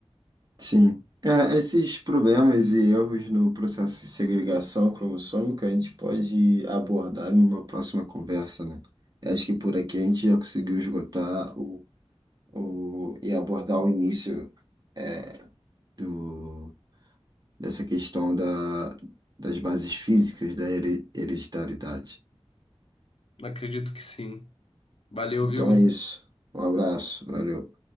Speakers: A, on the right; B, on the left.
A: Sim. É, esses problemas e erros no processo de segregação cromossômica a gente pode abordar numa próxima conversa, né? Eu acho que por aqui a gente já conseguiu esgotar o, o, e abordar o início é, do, dessa questão da, das bases físicas da here- hereditariedade.
B: Acredito que sim. Valeu,
A: Então
B: viu?
A: é isso. Um abraço, valeu.